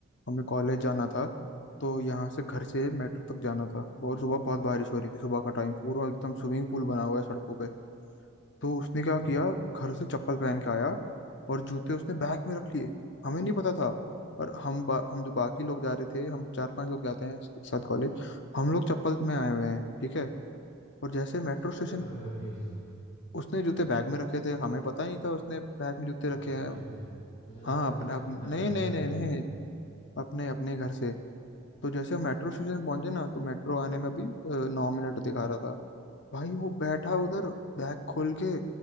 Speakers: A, on the left; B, on the left.
A: हमें कॉलेज जाना था तो यहाँ से घर से मेट्रो तक जाना था बहुत सुबह बहुत बारिश हो रही थी सुबह का टाइम पूरा एकदम स्विमिंग पूल बना हुआ है सड़कों पे तो उसने
B: अच्छा
A: क्या किया घर से चप्पल पहन के आया और जूते उसने बैग में रख लिए हमें नहीं पता था और हम बा, हम जो बाकी लोग जा रहे थे हम चार पांच लोग जाते हैं एक साथ कॉलेज हम लोग चप्पल में आए हुए हैं ठीक है और जैसे मेट्रो
B: किसके जूते
A: स्टेशन
B: बैग में रख लिए उसने
A: उसने जूते बैग में रखे थे हमें पता ही नहीं था उसने बैग में जूते रखे
B: अपने
A: हैं
B: जूते मुझे लगा
A: हाँ अपने
B: तेरे जूते
A: अपने
B: बैग
A: नहीं नहीं
B: में रख
A: नहीं
B: लिए
A: नहीं अपने अपने घर से तो जैसे हम मेट्रो स्टेशन पहुंचे ना तो मेट्रो आने में अभी अ, नौ मिनट दिखा रहा था भाई वो बैठा
B: अच्छा,
A: उधर बैग खोल के